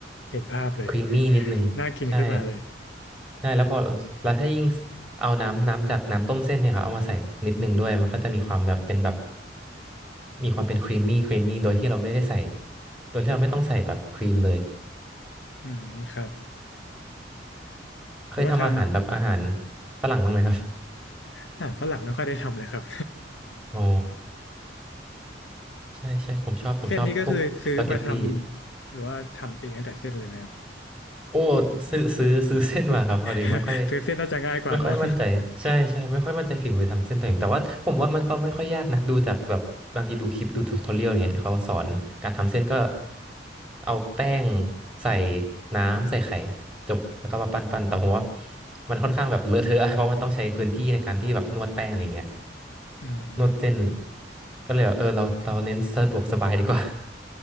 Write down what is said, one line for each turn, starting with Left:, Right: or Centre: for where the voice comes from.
Left: เห็นภาพเลย
Centre: ครีมมี่นิดนึง
Left: <laughs> น่ากินขึ้นมาเลย
Centre: ใช่ใช่ แล้วพอ แล้วถ้ายิ่งเอาน้ำน้ำจากน้ำต้มเส้นเนี่ยครับเอามาใส่นิดนึงด้วยมันก็จะมีความแบบเป็นแบบ มีความเป็นครีมมี่ครีมมี่โดยที่เราไม่ได้ใส่ โดยที่เราไม่ต้องใส่แบบครีมเลย
Left: อืมครับ
Centre: เคยทำอาหารแบบอาหาร
Left: แปลว่าทำ
Centre: ฝรั่งบ้างไหมครับ
Left: อาหารฝรั่งไม่ค่อยได้ทำเลยครับ
Centre: อ๋อใช่ใช่ผมชอบ
Left: <laughs>
Centre: ผมชอบพวกสปาเกตตี้
Left: เส้นนี้ก็คือซื้อมาทำหรือว่าทำเองตั้งแต่เส้นเลยไหมครับ
Centre: โอ้ซื้อซื้อซื้อเส้นมาครับพอดีไม่ค่อย
Left: <laughs> ซื้อเส้นน่าจะง่ายกว่าเนาะ
Centre: ไม่ค่อยมั่นใจใช่ใช่ไม่ค่อยมั่นใจฝีมือทำเส้นตัวเองแต่ว่าผมว่ามันก็ไม่ค่อยยากนะดูจากแบบบางทีดูคลิปดูทูทอเรียลอย่างเงี้ยที่เขาสอนการทำเส้นก็เอาแป้งใส่น้ำใส่ไข่จบแล้วก็มาปั้นปั้นแต่ผมว่ามันค่อนข้างแบบเลอะเทอะอะเพราะมันต้องใช้พื้นที่ในการที่แบบนวดแป้งอะไรอย่างเงี้ย
Left: <laughs> อืม
Centre: นวดเส้นก็เลยแบบเออเราเราเน้นสะดวกสบายดีกว่า